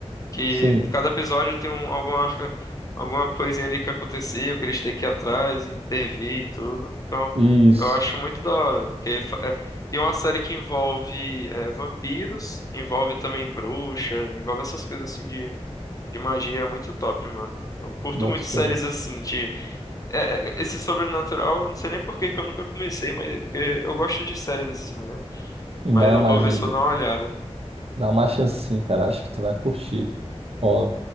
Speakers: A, on the left; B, on the right.
A: que
B: sim.
A: cada episódio tem um- alguma, <laughs> alguma coisinha ali que aconteceu, que eles têm que ir atrás e intervir e tudo. Então,
B: Isso,
A: eu acho muito da hora. Porque, fa- é, e é uma série que envolve é, vampiros, envolve também bruxa, envolve essas coisas assim de, de magia, é muito top, mano. Eu curto
B: boto
A: muito séries
B: fé.
A: assim de é, é, esse sobrenatural, não sei nem por que que eu nunca comecei, mas porque eu gosto de séries assim, né?
B: Não,
A: Mas eu
B: mas
A: vou ver
B: d-
A: se eu dou uma olhada.
B: dá uma chance sim, cara. Acho que tu vai curtir. Ó,